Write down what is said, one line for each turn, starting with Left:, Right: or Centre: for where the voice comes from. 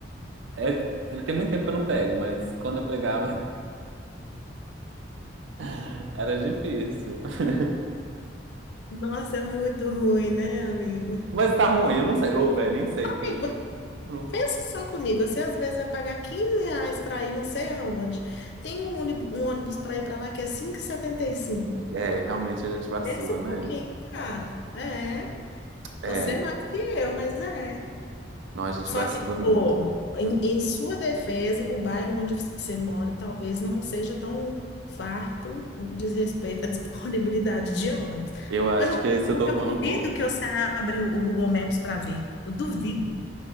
Right: é, é- tem muito tempo que eu não pego, mas quando eu pegava <laughs> era difícil. <laughs>
Left: Nossa, é muito ruim, né, amigo?
Right: Mas tá ruim, eu não sei, ou velho, nem sei,
Left: Amigo,
Right: porque eu... não-
Left: pensa só comigo. Você às vezes vai pagar 15 reais para ir não sei aonde. Tem um ônibus, um ônibus para ir para lá que é 5,75.
Right: É, realmente a gente vacila,
Left: Pensa um
Right: né?
Left: pouquinho, cara. É.
Right: É,
Left: Você é mais que eu, mas é.
Right: nós a gente
Left: Só
Right: vacila
Left: que,
Right: muito.
Left: ô, em,
Right: Hum.
Left: em sua defesa, o bairro onde você mora talvez não seja tão farto no que diz respeito à <laughs> disponibilidade de ônibus.
Right: Eu acho
Left: Mas não,
Right: que aí você
Left: porque
Right: tocou
Left: eu duvido
Right: no ponto.
Left: que você abra o o Google Maps para ver. Eu duvido.